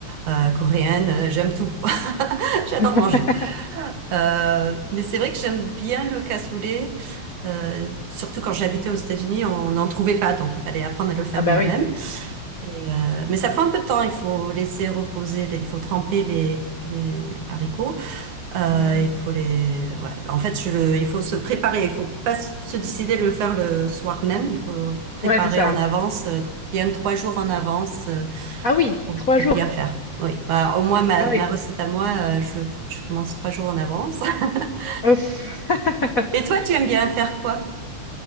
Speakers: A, on the right; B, on the left.
A: euh, coréenne, euh, j'aime tout. <laughs> J'adore
B: <laughs>
A: manger. Euh, mais c'est vrai que j'aime bien le cassoulet. euh, surtout quand j'habitais aux États-Unis, on n'en trouvait pas, donc il fallait apprendre à le faire
B: Ah bah
A: moi-même.
B: oui.
A: Et, euh, mais ça prend un peu de temps, il faut laisser reposer, les- il faut tremper les, les haricots. Euh,
B: Hmm.
A: il faut les, ouais. En fait, je le- il faut se préparer, il faut pas s- se décider de le faire le soir même, il faut préparer
B: Ouais, c'est ça.
A: en avance, euh, tr- bien trois jours en avance euh,
B: Ah oui,
A: pour,
B: trois
A: pour
B: jours.
A: bien faire. Oui, bah, au moins ma,
B: Ah oui.
A: ma recette à moi, euh, je, je commence trois jours en avance. <laughs>
B: Ouf. <laughs>
A: Et toi, tu aimes bien faire quoi?